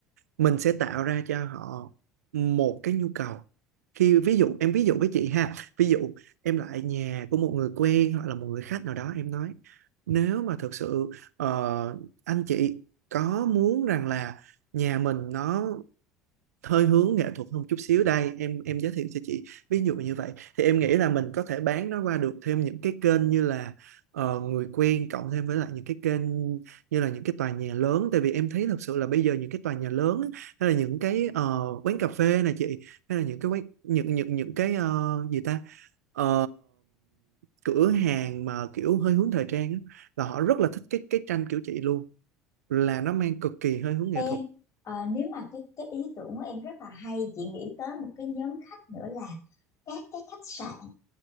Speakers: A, on the right; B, on the left.
A: mình sẽ tạo ra cho họ một cái nhu cầu khi ví dụ em ví dụ với chị ha ví dụ em lại nhà của một người quen hoặc là một người khách nào đó em nói nếu mà thực sự ờ, anh chị có muốn rằng là nhà mình nó hơi hướng nghệ thuật hơn chút xíu đây em em giới thiệu cho chị ví dụ như vậy thì em nghĩ là mình có thể bán nó qua được thêm những cái kênh như là ờ, người quen cộng thêm với lại những cái kênh như là những cái tòa nhà lớn tại vì em thấy thật sự là bây giờ những cái tòa nhà lớn hay là những cái ờ, quán cà phê này chị hay là những cái quán những những những cái ờ, gì ta Ờ, cửa hàng mà kiểu hơi hướng thời trang á, là họ rất là thích cái cái tranh kiểu chị luôn là nó mang cực kỳ hơi hướng
B: Em
A: nghệ thuật
B: ờ, nếu mà cái cái ý tưởng của em rất là hay chị nghĩ tới một cái nhóm khách nữa là các cái khách sạn